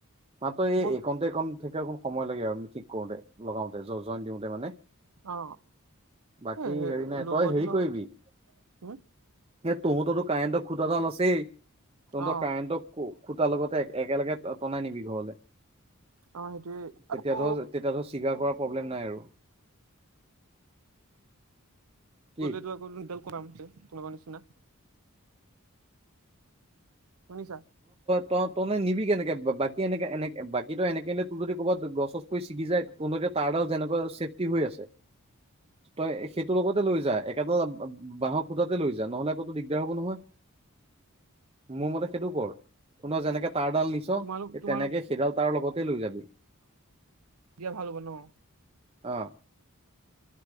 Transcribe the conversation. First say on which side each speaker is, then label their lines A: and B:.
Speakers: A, on the right; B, on the right.
A: মাত্ৰ এই
B: হ'ব
A: একণতে এইকণ থে অ কণ সময় লাগে আৰু ঠিক কৰোঁতে। লগাওঁতে, জ জইন দিওঁতে মানে
B: অ
A: বাকী
B: এ
A: হেৰি নাই
B: লগোৱাটো
A: তই হেৰি
B: লগত
A: কৰিবি-
B: হম
A: এ তহঁততো কাৰেন খুটা দাল আছেই তহ
B: অ
A: ত কাৰেণ্টটো খুটাৰ লগতে একেলগে টনাই নিবি ঘৰলে
B: অ সেইটোৱে আকৌ
A: তেতিয়া ধৰ তেতিয়া ধৰ চিগাৰ কৰা ন আৰু কি
B: গলেতো আকৌডাল কৰাম হৈছে কোনোৱা নিচিনা। শুনিছা।
A: ত তনে নিবি কেনেকে বা বাকী এনেকে এনেক বাকী তো এনেক তোৰ যদি ক'বাত- গছ গছ পৰি ছিগি যায় ত তাঁৰডাল যেনেকুৱা চেফটি হৈ আছে তই। তোৰ লগতে লৈ যা একেডাল বাঁহক খোটাতে লৈ যা নহলে আকৌতো দিগদাৰ হ'ব নহয়। মোৰ মতে সেইটো কৰ- কো যেনেকে তাঁৰ ডাল নিছ
B: তোমালোক তোমালোক
A: তেনেকে সেইডাল তাৰ লগতে লৈ যাবি।
B: দিয়া ভাল ব নো।
A: অহ।